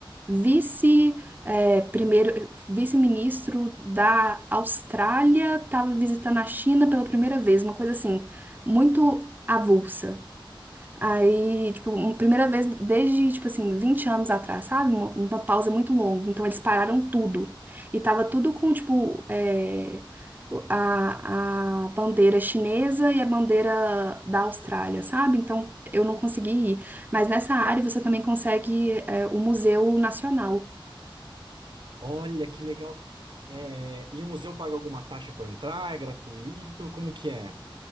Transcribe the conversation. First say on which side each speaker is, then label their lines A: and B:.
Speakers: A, on the right (about 20°); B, on the right (about 60°).
A: vice, eh, primeiro, vice-ministro da Austrália estava visitando a China pela primeira vez, uma coisa assim, muito avulsa. Aí, tipo, uma primeira vez desde, tipo assim, 20 anos atrás, sabe? Uma, uma pausa muito longa. Então, eles pararam tudo. E tava tudo com, tipo, eh, a, a bandeira chinesa e a bandeira da Austrália, sabe? Então, eu não consegui ir. Mas nessa área você também consegue é, o Museu Nacional.
B: Olha que legal. É, e o museu paga alguma taxa para entrar? É gratuito? Como que é?